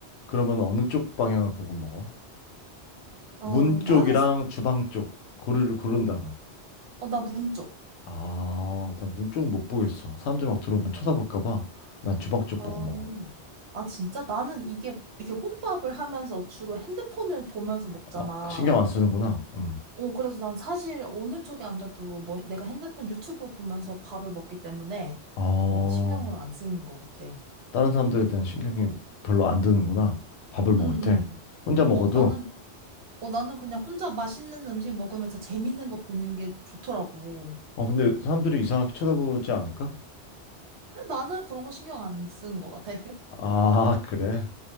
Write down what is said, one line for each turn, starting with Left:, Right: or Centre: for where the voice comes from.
Left: 그러면 어느 쪽 방향을 보고 먹어?
Right: 어,
Left: 문 쪽이랑
Right: 나는, 스-
Left: 주방 쪽 고르를 고른다면.
Right: 어, 나 문쪽.
Left: 아, 난 문 쪽은 못 보겠어. 사람들이 막 들어오면 쳐다볼까 봐. 난 주방 쪽
Right: 어.
Left: 보고 먹어.
Right: 아, 진짜? 나는 이게, 이게 혼밥을 하면서 주로 핸드폰을 보면서 먹잖아.
Left: 아, 신경 안 쓰는구나. 음.
Right: 어, 그래서 난 사실 어느 쪽에 앉아도 뭐 내가 핸드폰 유튜브 보면서 밥을 먹기 때문에,
Left: 어,
Right: 어, 신경을 안 쓰는 것 같아. 응,
Left: 다른 사람들에 대한 신경이 별로 안 드는구나. 밥을 먹을
Right: 응.
Left: 때. 혼자 먹어도.
Right: 어, 나는, 어, 나는 그냥 혼자 맛있는 음식 먹으면서 재밌는 거 보는 게 좋더라고.
Left: 어, 근데 사람들이 이상하게 쳐다보지 않을까?
Right: 나는 그런 거 신경 안 쓰는 것 같아.
Left: 아, 그래.